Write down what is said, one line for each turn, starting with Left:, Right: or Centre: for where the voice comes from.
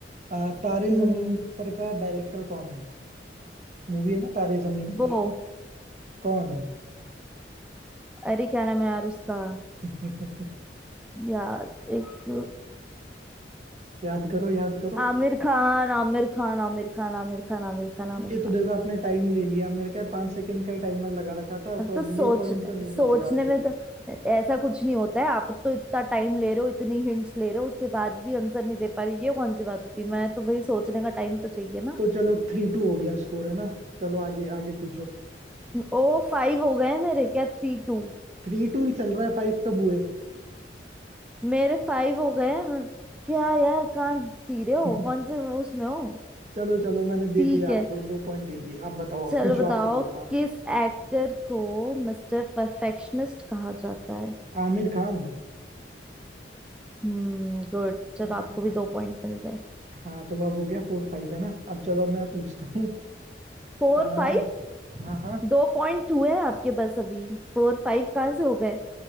Right: अ, तारे
Centre: हम्म
Right: जमीन पर का डायरेक्टर कौन है मूवी है ना तारे जमीन
Centre: वो
Right: पर कौन
Centre: अरे क्या नाम है यार उसका
Right: <laughs>
Centre: यार एक
Right: याद करो याद करो
Centre: आमिर खान आमिर खान आमिर खान आमिर खान आमिर खान आमिर
Right: ये तो
Centre: खान
Right: देखो आपने टाइम ले लिया मेरे क्या पांच सेकंड का ही टाइमर लगा रखा था
Centre: हाँ,
Right: तो
Centre: तो
Right: अब
Centre: सोच
Right: ये पॉइंट तो नहीं
Centre: सोचने
Right: मिलेगा आपको
Centre: में तो
Right: <laughs>
Centre: ऐसा कुछ नहीं होता है आप तो इतना टाइम ले रहे हो इतनी हिंट्स ले रहे हो उसके बाद भी आंसर नहीं दे पा रहे ये कौन सी बात होती है मैं तो वही सोचने का टाइम तो चाहिए ना
Right: तो चलो थ्री टू हो गया स्कोर है ना चलो आगे आगे पूछो
Centre: ओ फाइव हो गए हैं मेरे क्या थ्री टू
Right: थ्री टू ही चल रहा है फाइव कब हुए
Centre: मेरे फाइव हो गए हैं। मैं- क्या यार कहाँ जी रहे हो
Right: <laughs>
Centre: कौन से वो उसमें हो
Right: चलो चलो मैंने दे
Centre: ठीक
Right: दिया
Centre: है
Right: आपको दो पॉइंट दे दिए आप बताओ
Centre: चलो
Right: आप पूछो
Centre: बताओ
Right: आप पूछो हाँ
Centre: किस एक्टर को मिस्टर परफेक्शनिस्ट कहा जाता है
Right: आमिर खान
Centre: हम्म गुड चलो
Right: है
Centre: आपको
Right: ना
Centre: भी दो पॉइंट मिल गए
Right: हाँ तो अब हो गया फोर फाइव है ना अब चलो अब मैं पूछता हूँ
Centre: Four
Right: आ,
Centre: five
Right: हाँ हाँ
Centre: दो पॉइंट हुए आपके बस अभी फोर फाइव कहाँ से हो गए